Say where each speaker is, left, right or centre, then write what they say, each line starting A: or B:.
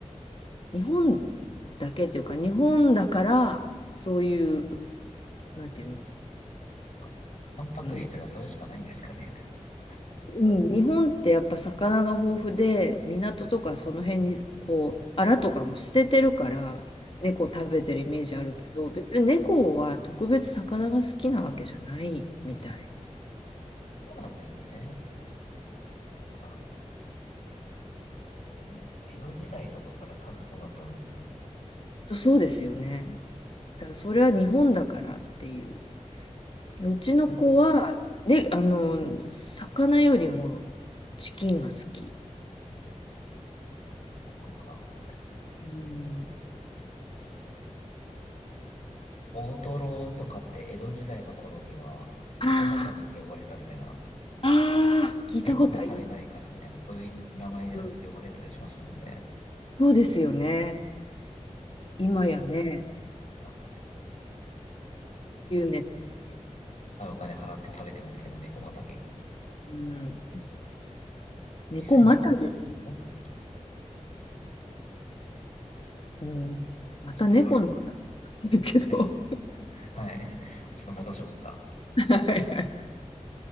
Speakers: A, on the left; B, on the left.
A: 日本だけというか、日本だから、そういう、なんていうの、
B: あタンパク質がそれしかないんですかね。
A: うん。
B: <laughs>
A: うん日本ってやっぱ魚が豊富で、港とかその辺に、こう、アラとかも捨ててるから、猫食べてるイメージあるけど、
B: あ、はい。
A: 別に猫は特別魚が好きなわけじゃないみたい。
B: そうなんですね。なんか、ん江戸時代とかから多分そうだったんですよね。
A: きっとそうですよね。だからそれは日本だからっていう。うちの子は、
B: うん
A: で、あの、魚よりもチキンが好き。
B: こうか。
A: うん
B: 大トロとかって江戸時代の頃には猫またぎって呼ばれてたみたいな、
A: あああ、
B: もう猫も食べないからみたいな、
A: 聞いたことあります。
B: そういう名前で呼ばれたりしましたもんね。
A: うん、そうですよね。今やね、
B: はい、
A: 急ネタですけど。
B: 高いお金払って食べてますけど、猫またぎ。
A: うん。猫また、
B: 実際猫も好きだと思うけどな。
A: うん、また猫の話になってるけど。
B: ちょっと料理の、はい。はい <laughs> ちょっと戻しますか。
A: はいはい